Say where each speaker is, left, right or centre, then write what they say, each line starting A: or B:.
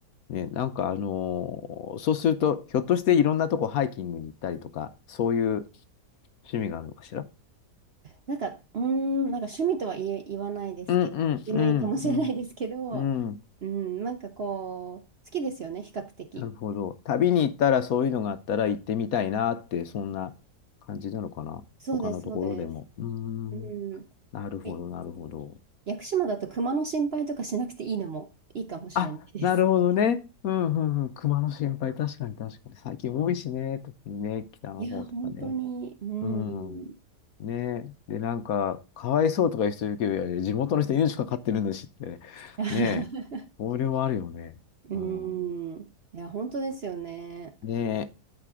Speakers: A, on the left; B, on the right.
A: ね、なんかあのーそうすると、ひょっとしていろんなとこハイキングに行ったりとか、そういう趣味があるのかしら
B: なんか、うーん、なんか趣味とは言え、言わないですけど、
A: うんうんうんうん。
B: 言えないかもしれないですけど、
A: うん。
B: うん、なんかこう、好きですよね、比較的。
A: なるほど。旅に行ったらそういうのがあったら行ってみたいなって、そんな感じなのかな。
B: そうです、
A: 他のところでも。
B: そうです。
A: うーん。
B: うん。
A: なるほど、
B: え
A: なるほど。
B: 屋久島だと熊の心配とかしなくていいのもいいかもしれないです。
A: あ、なるほどね。うんうんうん。熊の心配、確かに確かに。最近多いしね。特にね、北の方とかね。
B: いや、本当に、う
A: うん。
B: ん。
A: ねえ。で、なんか、かわいそうとかいう人いるけど、いやいや地元の人命かかってるんだしって。
B: <laughs>
A: ねえ。それはあるよね。
B: うん。
A: うん。
B: <laughs> いや、本当ですよね。
A: ねえ。